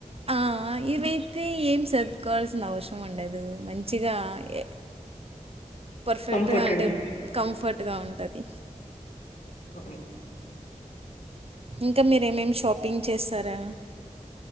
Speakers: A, on the right; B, on the left.
A: ఆ ఇవైతే ఏం సర్దుకోవాల్సిన అవసరం ఉండదు మంచిగా ఏ పర్ఫెక్ట్గా
B: కంఫర్ట్
A: అంటే
B: ఉంటది
A: కంఫర్ట్గా ఉంటది
B: అవును
A: ఇంకా మీరేమేమి షాపింగ్ చేస్తారా